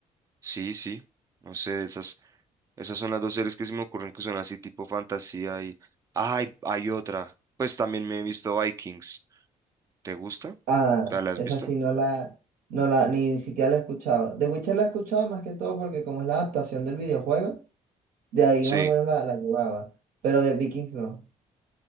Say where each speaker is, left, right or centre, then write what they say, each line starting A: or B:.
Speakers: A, on the right; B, on the right.
A: sí, sí. No sé, esas, esas son las dos series que se me ocurren que son así tipo fantasía y... Ay, hay otra. Pues también me he visto Vikings. ¿Te gusta?
B: Ah,
A: ¿Te la has
B: esa
A: visto?
B: sí no la, no la, ni siquiera la he escuchado. The Witcher la he escuchado más que todo porque como es la adaptación del videojuego, de ahí
A: Sí.
B: más o menos la, la llevaba, pero de Vikings no.